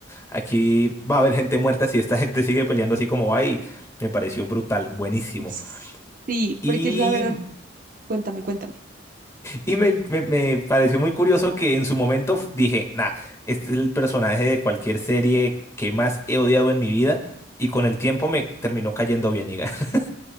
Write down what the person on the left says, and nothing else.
Aquí va a haber gente muerta si esta <laughs> gente sigue peleando así como va y me pareció brutal, buenísimo.
Y
Y me, me- me pareció muy curioso que en su momento f- dije, nah, este es el personaje de cualquier serie que más he odiado en mi vida. Y con el tiempo me terminó cayendo bien, diga. <laughs>